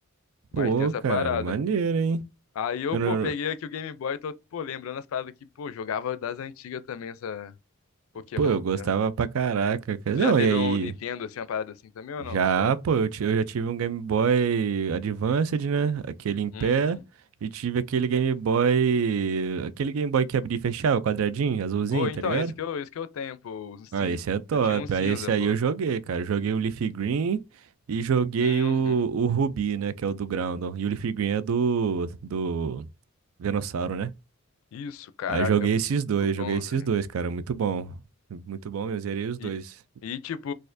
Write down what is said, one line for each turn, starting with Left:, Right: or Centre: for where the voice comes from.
Left: Mas
Right: Pô,
Left: tem essa
Right: cara,
Left: parada.
Right: maneiro, hein?
Left: Aí eu,
Right: Eu
Left: pô,
Right: não-
Left: peguei aqui o Game Boy, tô, pô, lembrando as paradas que, pô, jogava das antigas também, essa, Pokémon,
Right: Pô, eu
Left: tá
Right: gostava
Left: ligado?
Right: pra caraca. cara.
Left: Tu
Right: Não,
Left: já teve
Right: e aí?
Left: um Nintendo, assim, uma parada assim também ou
Right: Já,
Left: não? Só.
Right: pô, eu, ti- eu já tive um Game Boy Advanced, né? Aquele em pé.
Left: Uhum.
Right: E tive aquele Game Boy. Aquele Game Boy que abria e fechava, quadradinho, azulzinho,
Left: Pô, então,
Right: tá ligado?
Left: esse que eu, esse que eu tenho, pô. o Cinza.
Right: Ah, esse é top.
Left: Eu tinha um cinza,
Right: Aí esse aí
Left: pô.
Right: eu joguei, cara. Joguei o Leaf Green e joguei
Left: Uhum.
Right: o, o Ruby, né? Que é o do Groundon. E o Leaf Green é do, do Venossauro, né?
Left: Isso, caraca,
Right: Aí joguei
Left: muito
Right: esses dois,
Left: bom,
Right: joguei esses
Left: velho.
Right: dois, cara. Muito bom. Muito bom mesmo, zerei os
Left: E,
Right: dois.
Left: e, tipo,